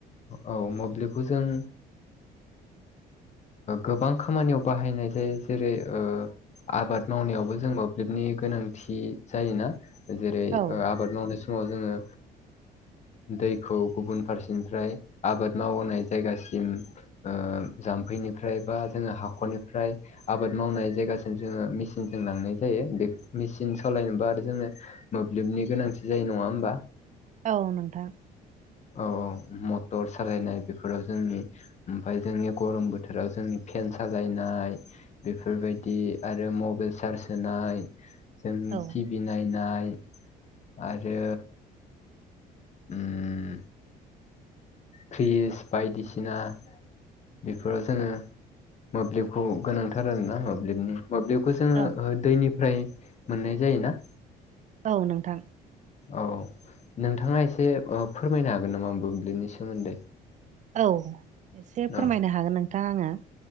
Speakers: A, on the left; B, on the right.
A: औ मोब्लिबखौ जों गोबां खामानियाव बाहायनाय जायो जेरै आबाद मावनायावबो जों मोब्लिबनि गोनांथि जायोना जेरै
B: औ
A: आबाद मावनाय समाव जोंङो दैखौ गुबुन फारसेनिफ्राय आबाद मावनाय जायगासिम जाम्फैनिफ्राय बा जोंङो हाखरनिफ्राय आबाद मावनाय जायगासिम जोङो मेचिनजों लांनाय जायो बे मेचिन सालायनोबा आरो जोंनो मोब्लिबनि गोनांथि जायो नङा होमबा
B: औ नोंथां
A: औ औ मटर सालायनाय बेफोराव जोंनि ओमफ्राय जोंनि गरम बोथोराव जोंनि फेन साजायनाय बेफोरबायदि आरो मबाइल चार्ज होनाय जोंनि
B: औ
A: टिभि नायनाय आरो <unintelligible> फ्रिज बायदिसिना बेफोराव जोङो मोब्लिबखौ गोनांथार आरोना मोब्लिबनि मोब्लिबखौ जोङो
B: औ
A: दैनिफ्राय मोननाय जायोना
B: औ नोंथां
A: औ नोंथाङा एसे फोरमायनो हागोन नामा मोब्लिनि सोमोन्दै
B: औ एसे फोरमायनो
A: औ
B: हागोन नोंथां आङो